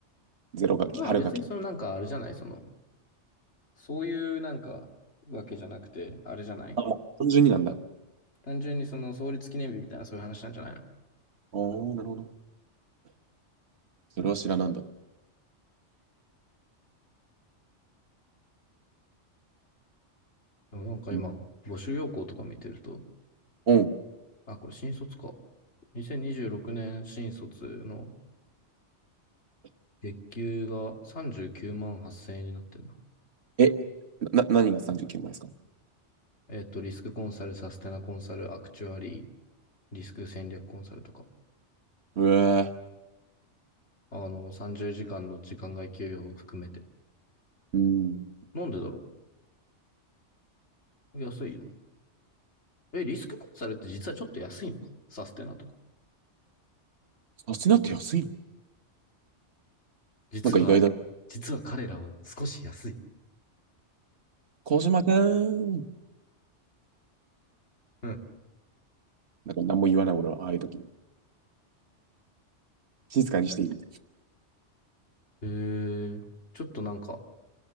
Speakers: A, on the right; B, on the left.
A: ゼロ学期、
B: まあ別にそのなんかあれじゃない、
A: 春学期。
B: その、そういうなんかわけじゃなくて、あれじゃない
A: あ、もう、単純になんだ。
B: 単純にその創立記念日みたいなそういう話なんじゃないの
A: あー、なるほど。それは知らなんだ。
B: でもなんか今、
A: うん。
B: 募集要項とか見てると、
A: うん
B: あ、これ新卒か。2026年新卒の月給が39万8000円になってんな。
A: え、な、何が39万円ですか
B: えっと、リスクコンサル、サステナコンサル、アクチュアリー、リスク戦略コンサルとか、
A: うえー、
B: あの、30時間の時間外給与を含めて。
A: うん。
B: なんでだろう安いよね。え、リスクコンサルって実はちょっと安いのかサステナとか。
A: サステナって安いの
B: 実は、
A: なんか意外だ。
B: 実は彼らは少し安い。
A: 小島くん。
B: うん。
A: なんか何も言わない俺は、ああいう時に。静かにしている。
B: へえ、ちょっとなんか、